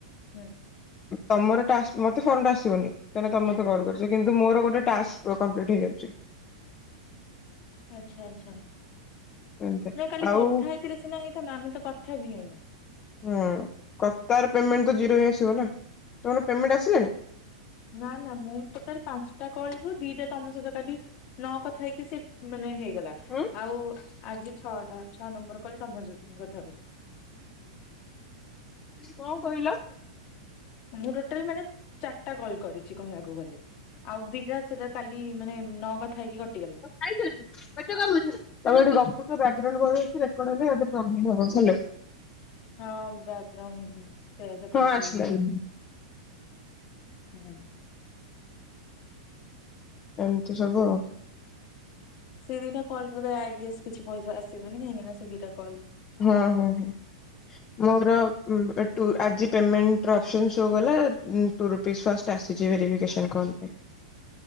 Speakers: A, on the left; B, on the left.
A: ହୁଁ।
B: ତମର ଟାସ୍କ ମତେ ଫର୍ମଟା ଆସିବନି। କାହିଁନା ତମେ ମତେ କଲ୍ କରିଛ କିନ୍ତୁ ମୋର ଗୋଟେ ଟାସ୍କ କଂପ୍ଲିଟ୍ ହେଇଯାଉଛି।
A: ଆଚ୍ଛା-ଆଚ୍ଛା,
B: ଏମିତି
A: ନାଇଁ କାଲି
B: ଆଉ
A: କଥା
B: ହୁଁ
A: ହେଇଥିଲେ ସିନା ହେଇଥାନ୍ତା ଆମେ ତ କଥା ବି ହେଇନୁ।
B: ହୁଁ, କ ତାର ପେମେଣ୍ଟ ତ ଜିରୋ ହିଁ ଆସିବ ନା ତମର ପେମେଣ୍ଟ ଆସିଲାଣି?
A: ନା ନା ମୁଁ ଟୋଟାଲ୍ ପାଞ୍ଚଟା କଲ୍ ରୁ ଦିଟା ତମ ସହିତ କାଲି ନ କଥା ହେଇକି ସେ ମାନେ ହେ ଇଗଲା
B: ହୁଁ
A: ଆଉ-ଉ-ଉ ଆଜି ଛଅଟା, ଛଅ ନମ୍ବର କଲ୍ ଟା ମୋ <unintelligible> କଥା ହେଉଚି।
B: କଣ କହିଲ?
A: ମୁଁ ଟୋଟାଲ୍ ମାନେ ଚାରିଟା କଲ୍ କରିଛି କହିବାକୁ ଗଲେ, ଆଉ ଦିଟା ସେଟା କାଲି ମାନେ ନ କଥା ହେଇକି କଟିଗଲା।
B: ତମେ ଏଠି ଗପୁଛ ବ୍ୟାକଗ୍ରାଉଣ୍ଡ <inaudible> ରେକର୍ଡ ହେଲେ ପ୍ରୋବ୍ଲେମ୍ ହବ ହ୍ୟାଲୋ।
A: ହଁ ବ୍ୟାକଗ୍ରାଉଣ୍ଡ ଭଏସ୍ ଏପଟେ
B: ହଁ
A: ଶୁଭୁଛି
B: ଆସିଲାଣି
A: ପା। ହୁଁ।
B: ଏମିତି ସବୁ ଆଉ।
A: ସେ ଦିଟା କଲ୍ ରୁ <inaudible> <unintelligible> ସକିଛି ପଇସ ଆସିବନି କାହିଁକି ନା ସେ ଦିଟା କଲ୍
B: ହୁଁ ହୁଁ ହୁଁ। ମୋର ଉମ୍ ଏଟୁ ଆଜି ପେମେଣ୍ଟର ଅପ୍ସନ୍ ସୋ କଲା ଉଁ। ଟୁ ରୁପିସ୍ ଫାଷ୍ଟ୍ ଆସିଛି ଭେରିଫିକେନନ୍ କଲ୍ ପାଇଁ।